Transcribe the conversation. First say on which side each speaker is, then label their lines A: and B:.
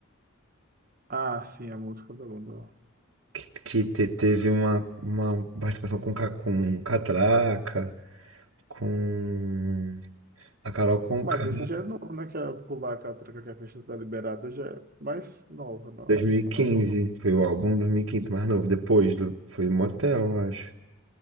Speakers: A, on the right (about 45°); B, on the right (about 80°).
A: Ah, sim, a música da banda.
B: que, que te- teve uma, uma participação com, Ca- com Catraca, com a Carol Conká,
A: Mas esse já é novo, né? Que é pular a catraca que a festa tá liberada já é mais nova, não?
B: 2015,
A: A música é mais nova
B: foi o álbum 2015 mais novo, depois do, foi Motel, eu acho.